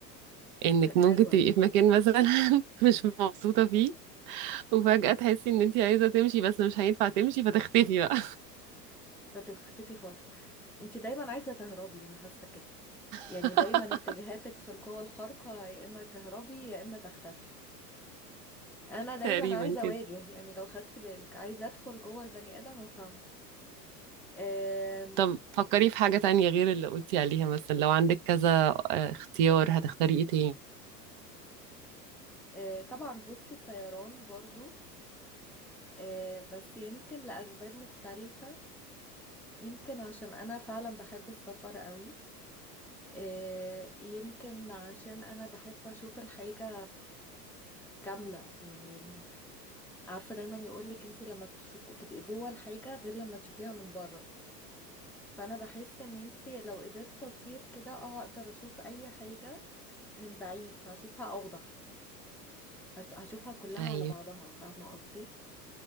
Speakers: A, on the right; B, in the centre.
A: انك
B: ح- حلوة
A: ممكن تبقي
B: دي
A: في مكان مثلا <laughs> مش مبسوطة فيه وفجأة
B: مم.
A: تحسي ان انت عايزة تمشي بس مش هينفع تمشي فتختفي بقى
B: فتختفي خالص انتي دايما عايزة تهربي انا حاسة كده
A: <laughs>
B: يعني دايما اتجاهاتك في القوى الخارقة يا اما تهربي يا اما تختفي انا دايما
A: تقريبا
B: عايزة
A: كده
B: اواجه يعني لو خدتي بالك عايزة ادخل جوه البني ادم وافهمه آم،
A: طب فكري في حاجة تانية غير اللي قلتي عليها مثلا لو عندك كذا آه، اختيار هتختاري ايه تاني
B: آه، طبعا بصي الطيران برضو آه، بس يمكن لأسباب مختلفة يمكن عشان أنا فعلا بحب السفر قوي آه، يمكن عشان أنا بحب أشوف الحاجة كاملة يعني عارفة دايما يقولك انتي لما تشو- تبقي جوه الحاجة غير لما تشوفيها من بره فأنا بحس إن انتي لو قدرت أطير كده اه أقدر أشوف أي حاجة من بعيد فهشوفها أوضح هش- هشوفها كلها
A: ايوه
B: على بعضها فاهمة قصدي؟